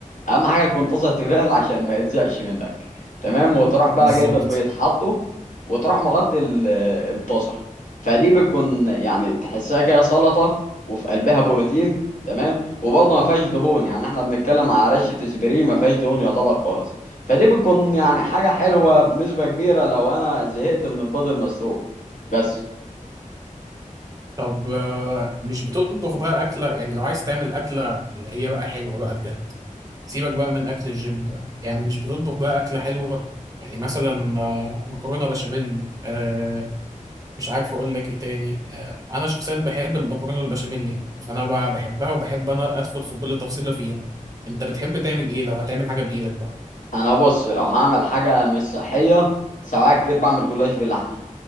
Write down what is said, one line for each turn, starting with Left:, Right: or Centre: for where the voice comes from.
Left: اهم حاجه تكون طاسه تيفال عشان ما يلزقش منك تمام وتروح بقى
Right: بالظبط
Left: جايب البيض حاطه وتروح مغطي ال- الطاسه فدي بتكون يعني تحسها كده سلطه وفي قلبها بروتين تمام وبرضه ما فيهاش دهون يعني احنا بنتكلم على رشه اسبري ما فيهاش دهون يعتبر خالص فدي بتكون يعني حاجه حلوه بنسبه كبيره لو انا زهقت من البيض المسلوق بس
Right: طب آه، مش بتطبخ بقى اكله يعني لو عايز تعمل اكله اللي هي بقى حلوه بقى بجد سيبك بقى من اكل الجيم ده يعني مش بتطبخ بقى اكله حلوه يعني مثلا آه، مكرونه بشاميل آه، مش عارف اقول لك ايه تاني آه، انا شخصيا بحب المكرونه البشاميل يعني فانا بقى بحبها وبحب انا ادخل في كل تفصيله فيها انت بتحب تعمل ايه لو هتعمل حاجه بايدك بقى
Left: انا بص لو هعمل حاجه مش صحيه سواء كتير بعمل جلاش باللحمه